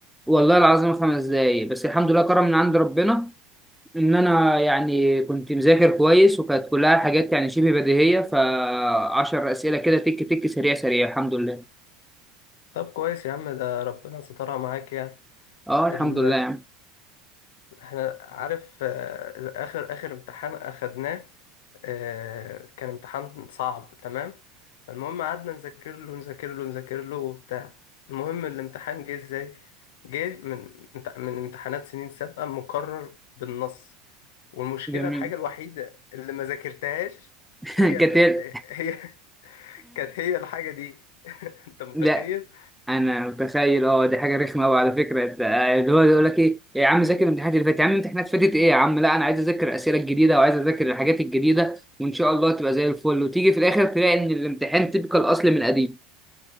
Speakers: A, in the centre; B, on the left (about 85°).
A: والله العظيم خمس دقايق بس الحمد لله كرم من عند ربنا ان انا يعني كنت مذاكر كويس وكانت كلها حاجات يعني شبه بديهيه فعشر اسئله كده تك تك سريع سريع الحمد لله
B: طب كويس يا عم ده ربنا سترها معاك يعني
A: اه
B: ال...
A: الحمد لله يا عم
B: احنا عارف آه، آخر آخر امتحان أخدناه آه، كان امتحان صعب تمام المهم قعدنا نذاكر له نذاكر له نذاكر له وبتاع المهم الامتحان جه ازاي جه من من امتحانات سنين سابقة مكرر بالنص والمشكلة
A: جميل
B: الحاجة الوحيدة اللي ما ذاكرتهاش
A: <laughs>
B: هي
A: كتير
B: الأس... هي <laughs> كانت هي الحاجة دي <laughs> انت متخيل
A: لا انا متخيل اه دي حاجه رخمه قوي على فكره انت اللي هو يقول لك ايه يا عم ذاكر الامتحانات اللي فاتت يا عم الامتحانات فاتت ايه يا عم لا انا عايز اذاكر الاسئله الجديده وعايز اذاكر الحاجات الجديده وان شاء الله تبقى زي الفل وتيجي في الاخر تلاقي ان الامتحان تبقى الاصل من قديم